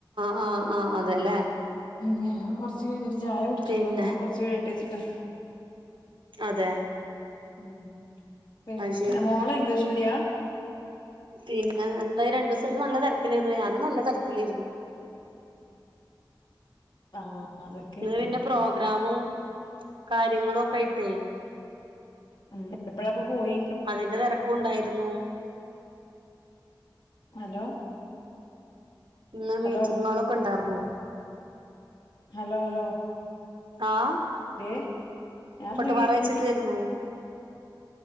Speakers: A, on the right (about 80°); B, on the left (about 65°).
A: ആഹ് ആഹ് അതേല്ലേ.
B: ഞാ കൊറ്ച്ച് കയിഞ്ഞിട്ട് ചായ കുടിച്ചൂപ്പപ്പൊ
A: പിന്നെ
B: കൊറച്ച് കയ്യട്ടേച്ചിട്ടാ.
A: അതെ.
B: ഉം പിന്ന,
A: അത് ശരി
B: മോള് ഇംഗ്ലീഷ് മീഡ്യാ?
A: പിന്നെ എന്തായി രണ്ടുസായിട്ട് നല്ല തെരക്കിലേന്നു ഞാനും നല്ല തെരക്കിലേർന്നു.
B: ആഹ്. അതൊക്കെയായിരുന്നു.
A: ന്ന് പിന്നെ പ്രോഗ്രാമും കാര്യങ്ങളൊക്കായിത്തേ
B: ഉം എപ്പോയാപ്പോ പോയി
A: അത്ൻ്റെ തെരക്കൂണ്ടായിര്ന്നു.
B: ഹലോ?
A: ഇന്ന്
B: ഹലോ
A: മീറ്റിങ്ങേളൊക്കെണ്ടായ്ർന്നു.
B: Hello hello?
A: ആഹ്?
B: ദേ ഞാൻ പറഞ്ഞത്
A: പട്ട് പാറ
B: കേക്കണില്ല.
A: വെച്ചിട്ടേര്ന്നു.